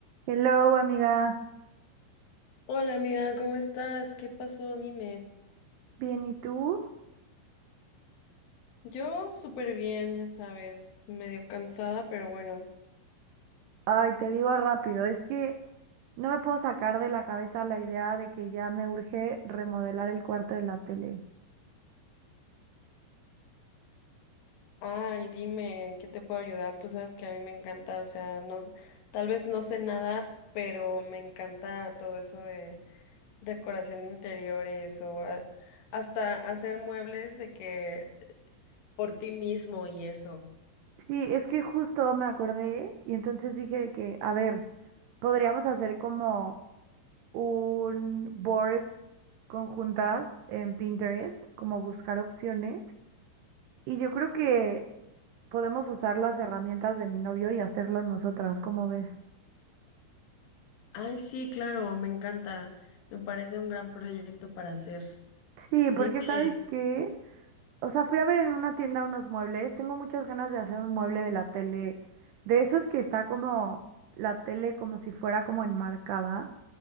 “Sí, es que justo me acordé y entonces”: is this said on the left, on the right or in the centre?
Right